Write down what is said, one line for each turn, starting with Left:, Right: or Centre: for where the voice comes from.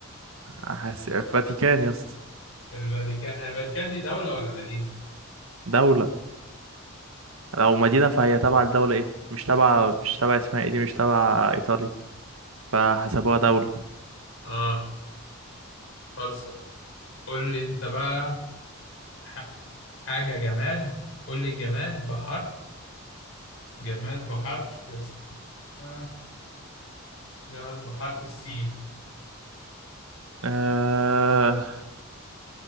Right: حس... فاتيكان يا اسطى
Left: الفاتيكان الفاتيكان دي دوله ولا مدينه
Right: دوله لو مدينه فهي تبع الدوله ايه مش تبع مش تبع اسمها ايه دي مش تبع ايطاليا فحسبوها دوله
Left: اه خلاص قول لي انت بقى ح- حاجه جماد قول لي الجماد بحرف جماد بحرف الس- آه. جماد بحرف السين
Right: آه...